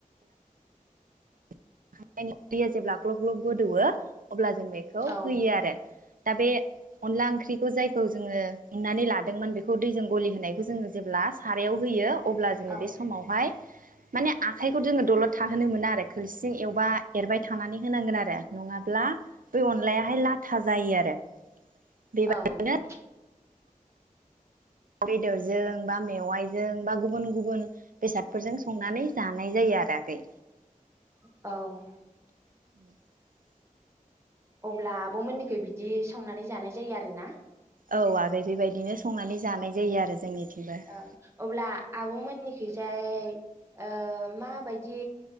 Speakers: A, on the right; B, on the right.
A: <inaudible> दैआ जेब्ला ग्लब ग्लब गोदौओ अब्ला जों बेखौ
B: औ
A: होयो आरो दा बे अनला ओंख्रिखौ जाय खौ जोङो उन्नानै लादोंमोन बेखौ दैजों गलि होनायखौ जोङो जेब्ला सारायाव होयो अब्ला जोङो
B: औ
A: बे समावहाय माने आखाइखौ जोङो दलद थाहोनो मोना आरो खो हारसिं एवबा एरबाय थानानै होनांगोन आरो नङाब्ला बे अनलायाहाय लाथा साजायो आरो बेबारनो
B: औ
A: बेदरजों बा मेवाइजों बा गुबुन गुबुन बेसादफोरजों संनानै जानाय जायो आरो आगै
B: औ
A: <inaudible>
B: अब्ला आब'मोननिखै बिदि संनानै जानाय जायो आरोना।
A: औ आगै बेबायदिनो संनानै जानाय
B: औ
A: जायो आरो जोंनिथिंबो
B: औ अब्ला आब' मोननिखैजाय <inaudible> ओ माबायदि